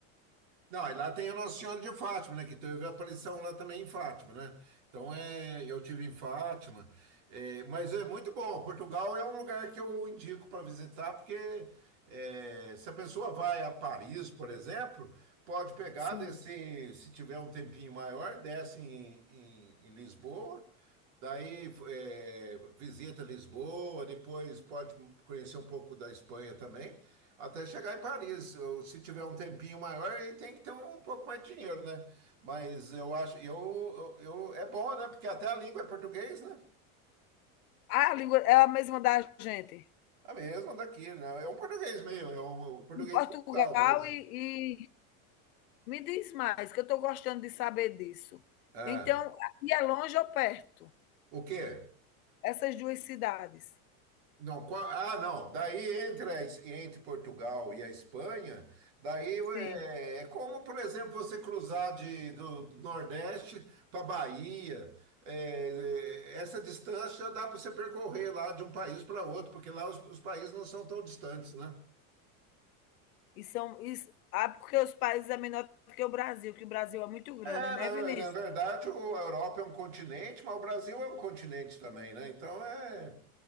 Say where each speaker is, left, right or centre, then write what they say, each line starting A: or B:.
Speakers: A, on the right; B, on the left.
A: Não, e lá tem a Nossa Senhora de Fátima, né? Que teve a aparição lá também em Fátima, né? Então é, eu tive em Fátima, é, mas é muito bom. Portugal é um lugar que eu indico para visitar, porque é, se a pessoa vai a Paris, por exemplo, pode pegar,
B: Sim.
A: descer, se tiver um tempinho maior, desce em, em- em Lisboa, daí é, visita Lisboa, depois pode conhecer um pouco da Espanha também. Até chegar em Paris, eu- se tiver um tempinho maior, aí tem que ter um pouco mais de dinheiro, né? Mas eu acho, eu, eu, eu- é bom, né? Porque até a língua é português, né?
B: Ah, a língua é a mesma da gente.
A: É A mesma daqui, né? É um português meio, é um um português
B: em Portugal
A: capital, mas.
B: e, e me diz mais, que eu estou gostando de saber disso.
A: Ah,
B: Então, e é longe ou perto?
A: o quê?
B: Essas duas cidades.
A: Não, qua- ah, não. Daí entre, a Es- entre Portugal e a Espanha, daí é,
B: Sim.
A: é como, por exemplo, você cruzar de, do Nordeste para Bahia. É, é, essa distância dá para você percorrer lá de um país para outro, porque lá os, os países não são tão distantes, né?
B: E são. E, ah, porque os países é menor do que o Brasil, que o Brasil é muito grande,
A: É,
B: né,
A: na,
B: Vinícius?
A: na verdade, o- a Europa é um continente, mas o Brasil é um continente também, né? Então é.